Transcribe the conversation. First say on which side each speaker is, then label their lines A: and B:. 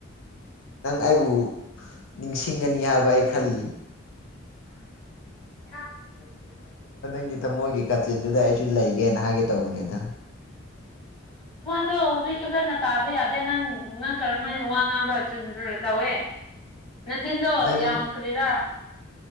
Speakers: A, on the left (about 85°); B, on the left (about 25°).
A: ꯅꯪ ꯑꯩꯕꯨ ꯅꯤꯡꯁꯤꯡꯒꯅꯤ ꯍꯥꯏꯕ ꯑꯩ ꯈꯜꯂꯤ
B: ꯀꯥ
A: ꯅꯪꯒꯤꯃꯣꯏꯒꯤ ꯀꯥꯆꯤꯟꯗꯨꯗ ꯑꯩꯁꯨ ꯂꯩꯒꯦꯅ ꯍꯥꯏꯒꯦ ꯇꯧꯕꯅꯦꯗ
B: ꯑꯗꯣ ꯍꯧꯖꯤꯛ ꯐꯖꯅ ꯇꯥꯕ ꯌꯥꯗꯦ ꯅꯪ ꯅꯪ ꯀꯔꯝ ꯍꯥꯏꯅ ꯋꯥ ꯉꯥꯡꯕ꯭ꯔꯥꯗꯨ ꯇꯧꯋꯦ ꯅꯥꯆꯤꯟꯗꯣ
A: ꯅꯪ
B: ꯌꯥꯝꯈ꯭ꯔꯦꯔꯥ